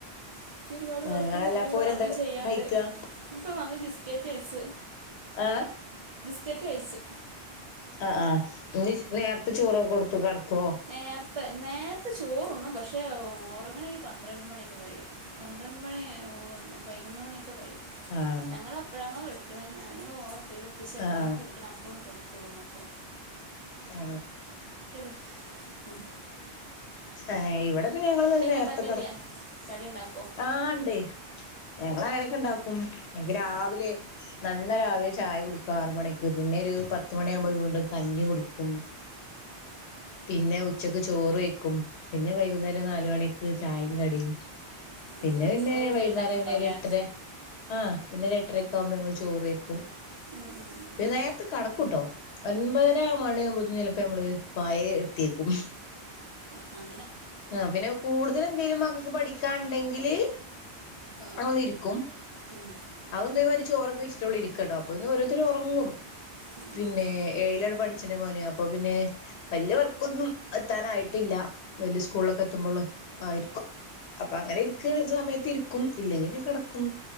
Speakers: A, on the right; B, on the left.
A: എനിക്ക് ഒരുപാട്
B: ആഹ്
A: വർക്കും
B: അല്ല
A: കാര്യങ്ങളും
B: അപ്പോരെന്താ
A: അതും ചെയ്യാനുണ്ട്
B: കഴിക്ക
A: ഇപ്പൊ വന്ന് ബിസ്കറ്റ് കഴിച്ച്
B: ആ
A: ബിസ്കറ്റ് കഴിച്ച്
B: ആ ആ ഇന്ന് നേരത്തെ ചോറു ഒക്കെ കൊടുത്തു കെടത്തോ
A: നേർ പ്പെ നേർത്തെ ചോറണ്ണും പക്ഷേ ഉറങ്ങണെങ്കിൽ പന്ത്രണ്ട് മണിയൊക്കെ കഴിയും പന്ത്രണ്ട് മണി ഉവ്വ പതിനൊന്ന് മണിയൊക്കെ കഴിയും
B: ആഹ്
A: ഞങ്ങൾ എപ്പഴാണോ കെടക്കണത് ഇവിടെ ഉപ്പച്ചി എപ്പഴാണോ
B: ആഹ്
A: കെടക്കുന്നത് അപ്പം കെടക്കോള്ളൂ മക്കള്
B: ആ
A: ഉം
B: ഏ ഇവിടെ പിന്നെ ഞങ്ങൾ <unintelligible> നേരത്ത
A: ഉണ്ടാക്കലില്ലേ
B: കെടക്കും
A: കടി ഉണ്ടാക്കുമോ
B: ആ ഉണ്ട് ഞങ്ങൾ അങ്ങനൊക്കെ ഉണ്ടാക്കും എനിക്ക് രാവിലെ
A: ആ
B: ന ല്ല രാവിലെ ചായ കുടിക്കും ആറ് മണിക്ക് പിന്നെ ഒരു പത്ത് മണിയാകുമ്പോ വീണ്ടും കഞ്ഞി കുടിക്കും പിന്നെ ഉച്ചക്ക് ചോറ് കഴിയ്ക്കും പിന്നെ വൈകുന്നേരം നാല മണിക്ക് ചായയും കടിയും
A: ആ
B: പിന്നെ പിന്നെ
A: നിങ്ങൾ വീട്ടിൽ
B: വൈകുന്നേരം
A: ഉണ്ടാക്കുന്നുണ്ടാവൂലേ
B: പിന്നെ ഒരു എട്ടര ആ പിന്നെ സങ്ങൾ ചോറ്ക്കും
A: ഉം ഉം ഉം
B: പിെ
A: ഉം
B: നേരത്തെ കടക്കൂട്ടോ ഒൻപതര മണിയ ആകുമ്പോത്തും ചിലപ്പോ നമ്മള് പായ എടുത്തിയേക്കും
A: ആ
B: ആ പിന്നെ കൂടുതൽ എന്തെലും മക്കൾക്ക് പഠിക്കാൻുണ്ടെങ്കില്
A: ആ
B: അതൊന്ന ഇരിക്കും
A: ഉം
B: അതന്ത മാരി ചോ വെച്ചിട്ട ഇരിക്ക കേട്ടോ അ ഓരോരുത്ത ഉറങ്ങും
A: ഉം
B: പിന്നെ
A: ഉം
B: എയിലർ പഠി അച്ഛ മോന അപ്പൊ പിന്നെ വലിയവർക്കൊന്നും എത്താനായിട്ടില്ല വല്യ സ്കൂളൊക്കെ എത്തുമ്പോള് ആയിരിക്കും അപ്പൊ അങ്ങനെ ഇരിക്കുന്ന സമയത്ത് ഇരിക്കും ഇല്ലെങ്കിൽ ഞാൻ കിടക്കും